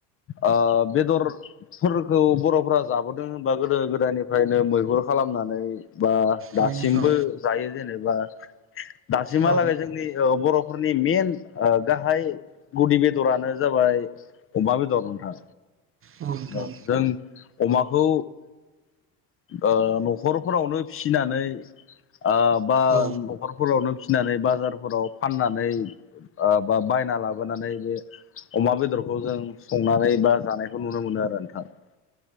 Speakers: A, on the left (about 30°); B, on the right (about 30°).
A: ओ बेदरफोरखौ बर'फ्रा जाबोदों होनबा गोदो गोदायनिफ्रायनो मैहुर खालामनानै बा
B: औ
A: दासिमबो
B: नोंथां
A: जायो जेनेबा दासिमहालागै
B: औ
A: जोंनि ओ बर'फोरनि मेन ओ गाहाय गुदि बेदरानो जाबाय अमा बेदर नोंथां।
B: औ नोंथां
A: औव जों अमाखौ ओ न'खरफोरावनो फिनानै ओ बा
B: औ
A: न'खरफोरावनो फिनानै बाजारफोराव फाननानै ओ बा बायना लाबोनानै बे अमा बेदरखौ जों संनानै बा जानायखौ नुनो मोनो आरो नोंथां। <inaudible>